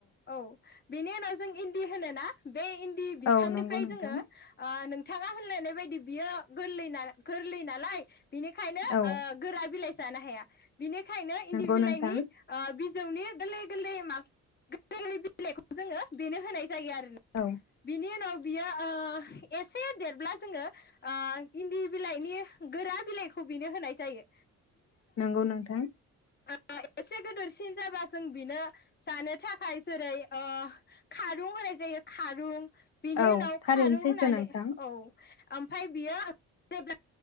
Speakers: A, on the left; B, on the left.
A: औ बिनि उनाव जों इन्दि होनो ना बे इन्दि बिफांनिफ्राय
B: औ नंगौ नोंथां
A: जोङो ओ बिथाङा होनलायनाय बायदि बियो गोरलै गोरलै नालाय बिनिखायनो ओ
B: औ
A: गोरा बिलाइ जानो हाया बिनि बेखायनो इन्दि
B: नंगौ
A: बिलाइनि
B: नोंथां
A: ओ नि गोरलै गोरलै म गोरलै गोरलै बिलाइखौ जोङो बेनो होनाय जाय आरो
B: औ
A: बिनि उनाव बियो ओ एसे देरब्ला जोङो ओ इन्दि बिलाइनि गोरा बिलाइ खौ बेनो होनाय जायो
B: नंगौ नोंथां
A: <unintelligible> आ एसे गिदोरसिन जाबा जों बेनो जानो थाखाय जेरै ओ खारुं होनाय जायो खारुं बिनि
B: औ
A: उनाव
B: थारैनो
A: खारुं
B: सैथो
A: होनानै
B: नोंथां
A: औ ओम ओमफ्राय बियो जेब्ला